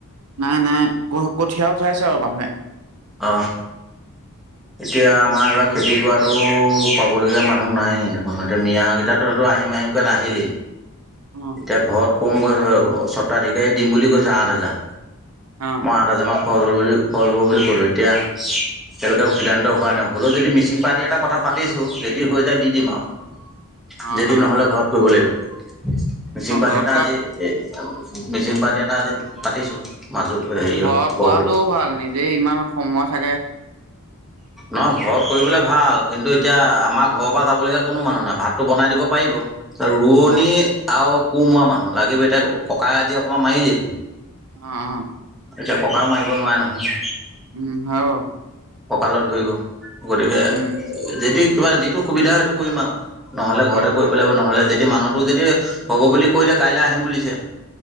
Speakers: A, on the right; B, in the centre.
A: নাই নাই ক কঠীয়া উঠাইছে আৰু মানুহে
B: অ, এতিয়া আমাৰ বা খেতি কৰাতটো পাবলগীয়া মানুহ নাই দেখোন এতিয়া মিয়াকেইটো সেইটো আহিম আহিমকৈ নাহিলেই
A: অ
B: এতিয়া ঘৰত কম গৈ হয় স্বত্বাধিকাৰীয়ে দিম বুলি কৈছে আঠ হাজাৰ
A: অ
B: মই আঠ হাজাৰ মান খৰজ হ'ল বুলি - খৰজ হ'ব বুলি ক'লো এতিয়া কো সিদ্ধান্ত হোৱা নাই হ'লেও যদি মিচিং পাৰ্টি এটা কথা পাতিছোঁ ৰেডি হৈ যায় দি দিম আৰু।
A: অ
B: যদি
A: অ
B: নহলে ঘৰত কৰিব লাগিব। মিচিং
A: অ
B: পাৰ্টি
A: ঘৰত
B: এটা
A: ক
B: আজ এ মিচিং পাৰ্টি এটা আদি পাতিছো। মাজো হেৰিয়
A: ঘৰত কৰাটোও
B: বৰ বি
A: ভাল নিজে ইমান সময় থাকে <inaudible>
B: নহ ঘৰত কৰিবলৈ ভাল কিন্তু এতিয়া আমাৰ ঘৰৰ পৰা যাবলগীয়া কোনো মানুহ নাই ভাতটো বনাই দিব পাৰিব। ৰোৱনী
A: অ
B: আৰু কোমৰা মানুহ লাগিবি এতিয়া ককাই আদি অকমান মাৰিলেকি
A: অ',
B: এতিয়া ককাও মাৰিব নোৱাৰে নহয়।
A: উম, হয় ৰহ।
B: কঁকালত ধৰিব গতিকে
A: উম
B: যদি কিবা যিটো সুবিধা সেইটো কৰিম আৰু নহলে ঘৰতে
A: উম
B: কৰিব
A: উম
B: লাগিব নহলে যেতিয়া মানুহটো যদি হব বুলি কৈলে কাইলৈ আহিম বুলিছে।